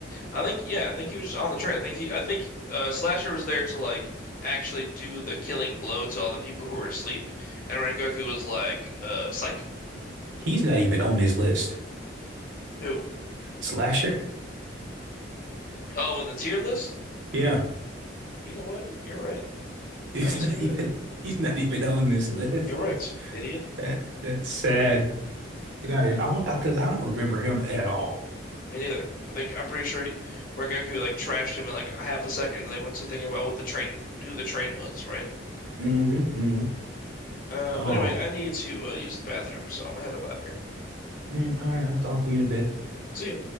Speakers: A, on the left (about 45°); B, on the right (about 75°).
A: I think yeah, I think he was just on the train. I think he I think uh Slasher was there to like actually do the killing blow to all the people who were asleep. And Rengoku was like, uh psych?
B: He's not even on this list.
A: Who?
B: Slasher?
A: Oh, in the tier list?
B: Yeah,
A: You know what? You're right.
B: <laughs> he's
A: I don't see
B: not
A: him
B: even
A: either.
B: he's not even on this list.
A: You're wrecked, idiot.
B: That that's sad. Get out of here. I don't because I don't remember him at all.
A: Me neither. I think I'm pretty sure he, Rengoku like trashed him in like half a second and they went to thinking about what the train who the train was, right?
B: Mm-hmm. hmm
A: Uh
B: Oh,
A: but anyway, I need to uh, use the bathroom, so I'm gonna head up out here.
B: mm, all right. I'll talk to you in a bit.
A: See ya.